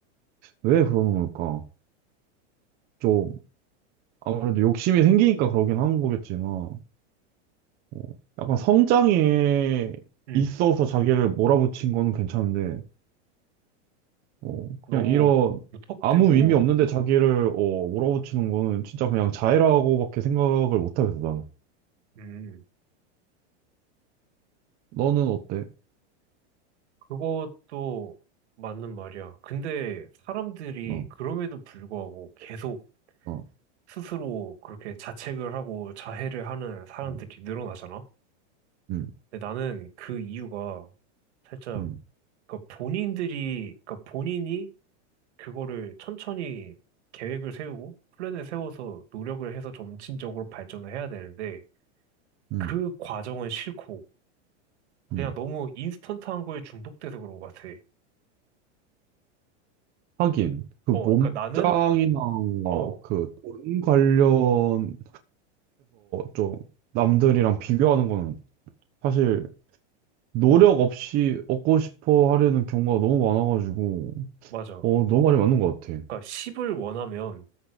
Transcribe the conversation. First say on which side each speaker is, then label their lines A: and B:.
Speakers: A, on the right (about 25°); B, on the right (about 70°).
A: 왜 그러는 걸까? 좀 아무래도 욕심이 생기니까 그러긴 하는 거겠지만, 어, 약간 성장에
B: 음.
A: 있어서 자기를 몰아붙인 거는 괜찮은데, 어, 그냥
B: 너무
A: 이런
B: 무턱대고,
A: 아무 의미 없는데 자기를 어, 몰아붙이는 거는 진짜 그냥 자해라고밖에 생각을 못 하겠어, 나는.
B: 음,
A: 너는 어때?
B: 그것도 맞는 말이야. 근데 사람들이
A: 어,
B: 그럼에도 불구하고 계속
A: 어,
B: 스스로 그렇게 자책을 하고 자해를 하는 사람들이
A: 음,
B: 늘어나잖아?
A: 음,
B: 근데 나는 그 이유가 살짝,
A: 음,
B: 그러니까 본인들이, 그러니까 본인이 그거를 천천히 계획을 세우고 플랜을 세워서 노력을 해서 점진적으로 발전을 해야 되는데
A: 음.
B: 그 과정은 싫고
A: 음.
B: 그냥 너무 인스턴트한 거에 중독돼서 그런 것 같아.
A: 하긴, 그
B: 어,
A: 몸짱이나
B: 그러니까 나는
A: 어,
B: 어,
A: 그돈 관련해서 좀 남들이랑 비교하는 거는 사실 노력 없이 얻고 싶어 하려는 경우가 너무 많아가지고,
B: 맞아.
A: 어, 너무 많이 맞는 것 같아.
B: 그러니까 10을 원하면